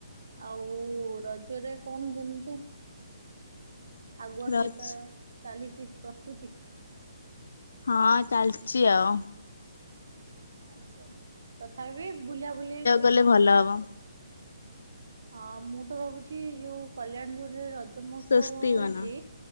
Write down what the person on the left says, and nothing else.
ରଜ
ହଁ ଚାଲିଚି ଆଉ।
କଲେ ଭଲ ହବ।
ସ୍ଵସ୍ତି
ବନ